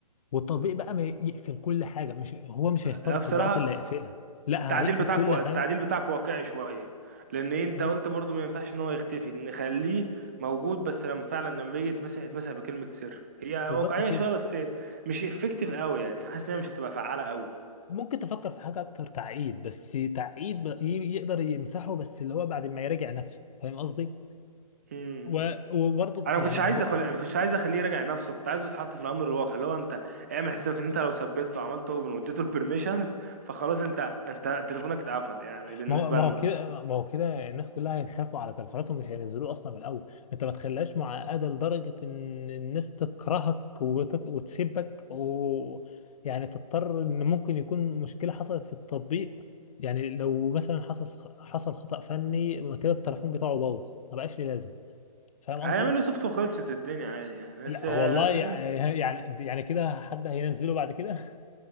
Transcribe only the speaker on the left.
والتطبيق بقى ما يقفل كل حاجه مش هو مش هيختار
التطبيقات
اللي هيقفلها لا
هيقفل
كل
حاجه
اه
بالظبط
كده
ممكن تفكر في حاجه اكتر تعقيد بس تعقيد بقى ي- يقدر يمسحه بس اللي هو بعد ما يراجع نفسه فاهم قصدي
و- وبرضه
يعني
هو
ما هو ما
هو كده ما هو كده الناس كلها هيخافوا على تلفوناتهم مش هينزلوه اصلا من الاول انت ما تخليهاش معقده لدرجه ان الناس تكرهك وتك... وتسيبك و يعني تضطر ان ممكن يكون مشكله حصلت في التطبيق يعني لو مثلا حصل حصل خطأ فني يبقى كده التليفون بتاعه باظ ما بقاش ليه لازمه فاهم قصدي؟
لا
والله يعني
يعني يعني كده حد هينزله بعد كده